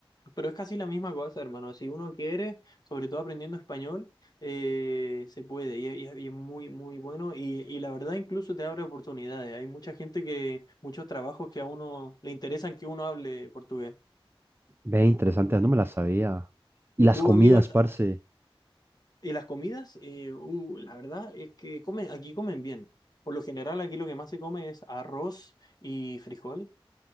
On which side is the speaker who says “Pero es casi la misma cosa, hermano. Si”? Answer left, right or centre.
Left